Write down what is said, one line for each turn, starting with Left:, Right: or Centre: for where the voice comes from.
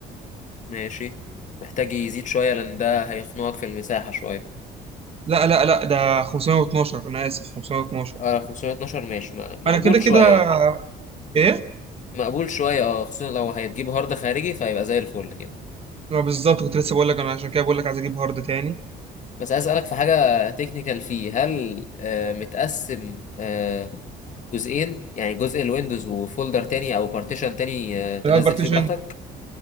Left: ماشي محتاج يزيد شويه لان ده هيخنقك في المساحه شويه
Right: لا لا لا ده 512 انا اسف 512
Left: اه 512 ماشي م- مقبول
Right: انا كده كده
Left: شويه آه،
Right: إيه؟
Left: مقبول شويه اه خصوصا لو هتجيب هارد خارجي فهيبقى زي الفل كده
Right: ما بالظبط كنت لسه بقول لك انا عشان كده بقول لك عايز اجيب هارد تاني
Left: بس عايز اسالك في حاجه تكنيكال فيه هل آه متقسم آه جزئين يعني جزء الويندوز وفولدر تاني او بارتيشن تاني آه تنزل
Right: الهارد بارتيشن
Left: فيه براحتك